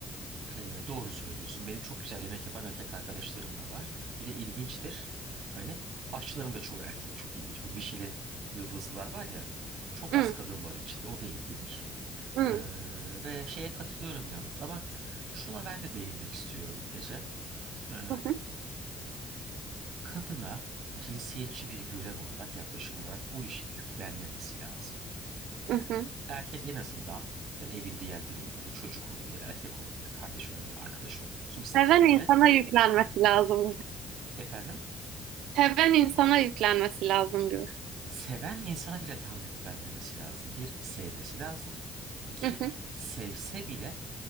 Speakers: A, on the right; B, on the right.
A: Ee, doğru söylüyorsun. Benim çok güzel yemek yapan erkek arkadaşlarım da var. Bir de ilginçtir. Hani aşçıların da çoğu erkek. Çok ilginç. Bu Michelin yıldızlılar var ya. Çok
B: Hı,
A: az kadın var içinde. O da ilginç.
B: hı,
A: Ee, ve şeye katılıyorum yalnız. Ama şuna ben de değinmek istiyorum Ece. Ee,
B: hı, hı,
A: kadına cinsiyetçi bir görev olarak, yaklaşım olarak bu işin yüklenmemesi lazım.
B: hı. hı.
A: Erkek en azından ya da evin diğer bireyleri, çocuk olabilir, erkek olabilir, kardeş olabilir, arkadaş olabilir, kimse
B: Seven
A: kim hani.
B: insana yüklenmesi lazım.
A: Efendim?
B: Seven insana yüklenmesi lazım gibi.
A: seven insana bile tam yüklenmemesi lazım. Bir, sevmesi lazım. İki,
B: Hı hı,
A: sevse bile